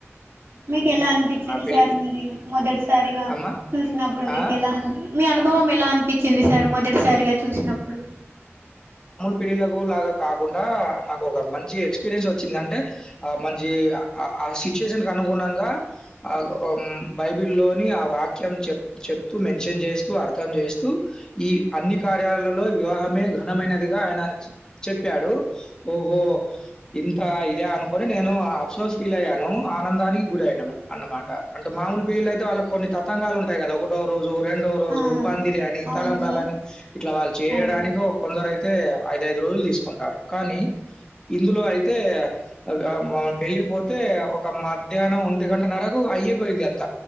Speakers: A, on the right (about 60°); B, on the left (about 15°).
A: మీకు ఎలా అనిపించింది
B: పెళ్ళికి.
A: సార్ మరి మొదటిసారిగా
B: అమ్మ!
A: చూసినప్పుడు మీకు
B: ఆ!
A: ఎలా అన్ మీ అనుభవం ఎలా అనిపిచింది సార్ మొదటిసారిగా చూసినప్పుడు
B: పిరిలకు లాగా కాకుండా నాకు ఒక మంచి ఎక్స్పీరియన్స్ వచ్చింది అంటే అ మంచి అ ఆ సిచ్యుయేషన్ కి అనుగుణంగా అగ్ ఓమ్ బైబిల్ లోని ఆవా వాక్యం చెప్ చెప్తూ మెన్షన్ చేస్తూ అర్థం చేస్తూ ఈ అన్ని కార్యాలలో వివాహమే ఘనమైనదిగా ఆయన చ్ చెప్పాడు ఓహో ఇంత ఇద అనుకు కొని నేను అప్సోస్ ఫీల్ అయ్యాను ఆనందానికి గురి అయినా అన్నమాట అంటే మామూలు పెళ్లిళ్లు అయితే వాళ్ళ కొన్ని తతంగాలు ఉంటాయి కదా ఒకటో రోజు రెండో రోజు
A: ఆ
B: పంది ఇది అని
A: అవును
B: తలంబ్రాలని
A: సార్
B: ఇట్లా వాళ్ళు చేయడానికి
A: అవును
B: కొందరు అయితే ఐదఐదు రోజులు తీసుకుంటారు కానీ ఇందులో అయితే అగ మమన్ పెళ్ళకిపోతే ఒక మధ్యాహ్నం ఒంటి గంట నరకు అయ్యే పోయింది అంత